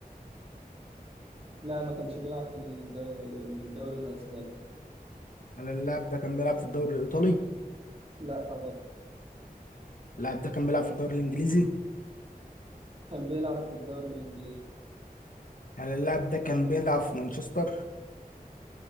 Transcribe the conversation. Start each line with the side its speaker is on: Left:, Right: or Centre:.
Right: لا ما كانش بيلعب في الدوري, الدوري الأسباني
Left: هل اللاعب ده كان بيلعب في الدوري الإيطالي؟
Right: لا أبدا
Left: اللاعب ده كان بيلعب في الدوري الإنجليزي؟
Right: كان بيلعب في الدوري الإنجليزي
Left: هل اللاعب ده كان بيلعب في مانشستر